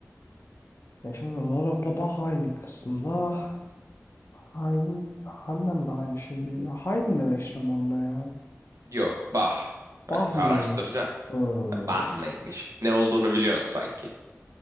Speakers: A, on the left (about 55°); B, on the right (about 80°).
A: Ya şimdi Mozart'la Bach aynı kısımda. Haydn, Hannen de aynı şeydi Ya Haydn demek istiyorum ben buna ya.
B: Yok, bah.
A: Bach
B: Öyle
A: mıymış?
B: araştıracaksın.
A: Hmm.
B: Bah mıymış? Ne olduğunu biliyorsun sanki.